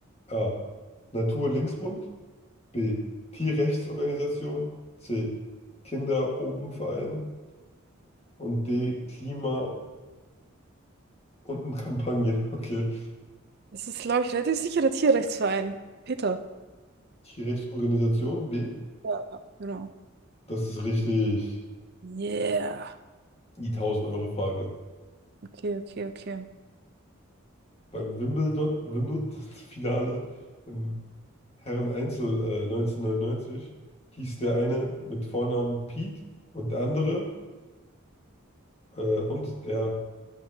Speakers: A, on the left (about 30°); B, on the right (about 50°).
A: A. Natur-Linksbund. B. Tierrechtsorganisation. C. Kinder oben Verein Und D. Klima- und Kampagne. <laughs> Okay.
B: Das ist, glaube ich, relativ sicherer Tierrechtsverein. Peter.
A: Tierrechtsorganisation B.
B: Ja. Genau.
A: Das ist richtig
B: Yeah.
A: die tausend euro frage
B: Okay, okay, okay.
A: Beim Wimbledon, Wimbledon-Finale <laughs> im Herren-Einzel äh, 1999 hieß der eine mit Vornamen Pete und der andere äh, und der